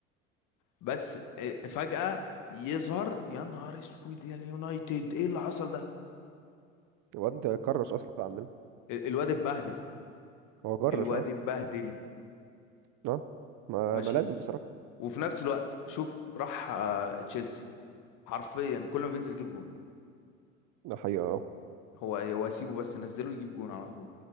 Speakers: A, on the left (about 50°); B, on the right (about 50°).
A: بس آه، فجأة يظهر يا نهار اسود يا اليونايتد ايه اللي حصل ده
B: الواد ده كرش اصلا عندنا
A: ال- الواد اتبهدل
B: هو كرش
A: الواد
B: اه
A: اتبهدل
B: اه ما,
A: ماشي
B: ما لازم بصراحه
A: وفي نفس الوقت شوف راح آه، تشيلسي حرفيا كل ما بينزل يجيب جون
B: ده حقيقه اه
A: هو هو سيبه بس نزله يجيب جون على طول